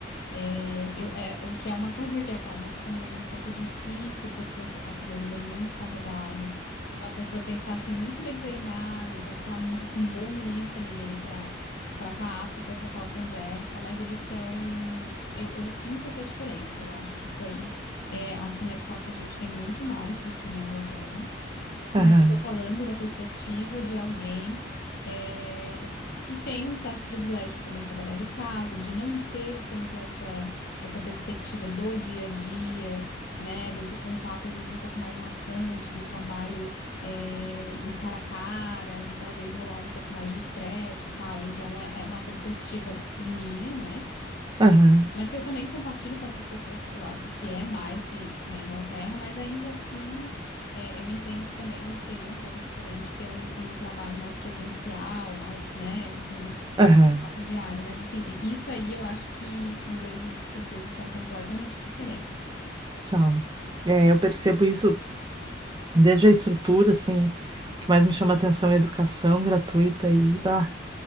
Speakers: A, on the left; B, on the right.
A: É, eu, é, é o que é uma <laughs> coisa que acaba se tornando um pouco difícil, porque o sotaque deles é muito carregado. Então a pessoa tem que estar assim muito bem treinada, tem que estar mu- com um bom listening ali para para estar apto para ter aquela conversa. Mas eles são, eu, eu sinto essa diferença. Eu acho que isso aí é, aqui na Escócia a gente tem muito mais do que na Inglaterra.
B: aham,
A: Mas eu estou falando da perspectiva de alguém eh, que tem um certo privilégio de poder trabalhar de casa, de não ter tanto essa, essa perspectiva do dia a dia, né? Desse contato, às vezes, um pouco mais maçante, do trabalho eh, no cara a cara, de talvez rolar um pouco mais de estresse e tal. Então, é, é uma perspectiva minha, né? E,
B: aham,
A: mas que eu também compartilho com outras pessoas, porque eu acho que é mais do que na Inglaterra, mas ainda assim. É, eu entendo que também seria um pouco diferente ter um, um trabalho mais presencial, mais, né, com aquele,
B: aham.
A: aquele contato diário, mas assim, e- isso aí eu acho que ingleses e escoceses são completamente diferentes.
B: São. É, eu percebo isso Desde a estrutura, assim, o que mais me chama atenção é a educação gratuita e, bah,